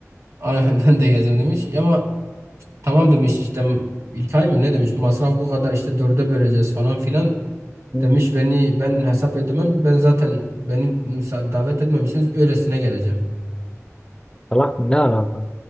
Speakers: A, on the right; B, on the left.
A: Aynen <laughs> ben de geleceğim demiş. Ama tamam demiş işte İlkay mı ne demiş masraf bu kadar işte dörde böleceğiz falan filan.
B: Hmm.
A: Demiş beni ben hesap edemem ben zaten beni müsa- davet etmemişsiniz öylesine geleceğim.
B: Salak mı? Ne alaka?